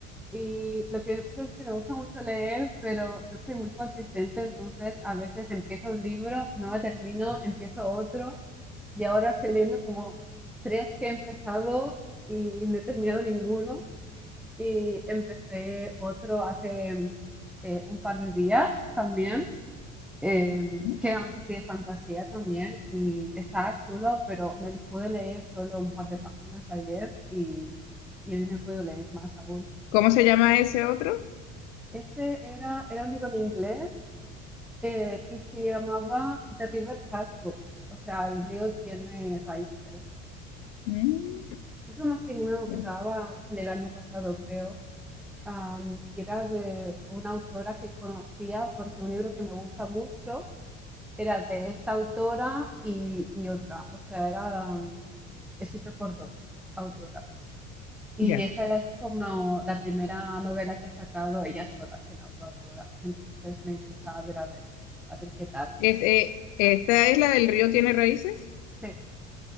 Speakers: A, in the centre; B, on the left.
A: Y lo que pasa es que me gusta mucho leer, pero no soy muy consistente, entonces a veces empiezo un libro, no lo termino, empiezo otro y ahora estoy leyendo como tres que he empezado y no he terminado ninguno. Y empecé otro hace eh, un par de días también eh,
B: Ujú.
A: que era más así de fantasía también y estaba chulo, pero me pude leer solo un par de páginas ayer y, y hoy no he podido leer más aún.
B: ¿Cómo se llama ese otro?
A: Ese era, era un libro en inglés eh, y se llamaba The River Has Roots, o sea, el río tiene raíces.
B: Mm,
A: Es uno así nuevo
B: bueno,
A: que acababa de salir el año pasado, creo. am, y era de una autora que conocía porque un libro que me gusta mucho era de esta autora y, y otra, o sea, era um, escrito por dos autoras. Y
B: Ya.
A: esta es como la primera novela que ha sacado ella sola sin la otra autora, entonces me interesaba ver a ver, a ver qué tal.
B: Es, eh, ¿esta es la del río tiene raíces?
A: Sí,